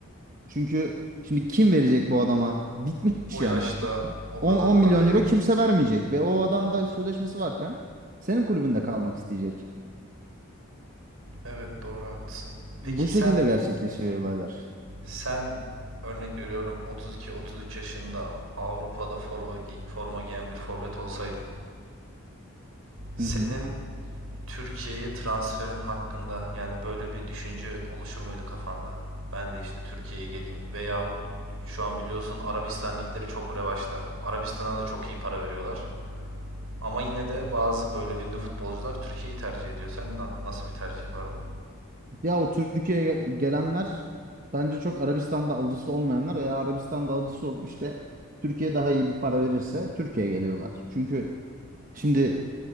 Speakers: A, on the right; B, on the right.
A: Çünkü şimdi kim verecek bu adama? Bitmiş
B: O
A: yani
B: yaşta
A: artık.
B: o
A: 10,
B: kadar
A: 10
B: parayı.
A: milyon euro kimse vermeyecek ve o adam da sözleşmesi varken senin kulübünde kalmak isteyecek.
B: Evet doğru haklısın. Peki
A: Bu
B: sen
A: şekilde gerçekleşiyor olaylar.
B: Sen örnek veriyorum 32-33 yaşında Avrupa'da forma, gi- forma giyen bir forvet olsaydın. Senin
A: Hı hı.
B: Türkiye'ye transferin hakkında yani böyle bir düşünce oluşur muydu kafanda? Ben de işte Türkiye'ye geleyim veyahut şu an biliyorsun Arabistan ligleri çok revaçta. Arabistan'a da çok iyi para veriyorlar. Ama yine de bazı böyle ünlü futbolcular Türkiye'yi tercih ediyor. Sen na- nasıl bir tercih yapardın?
A: Ya o Türkiye'ye gelenler bence çok Arabistan'da alıcısı olmayanlar veya Arabistan'da alıcısı olup işte Türkiye daha iyi bir para verirse Türkiye'ye geliyorlar. Çünkü şimdi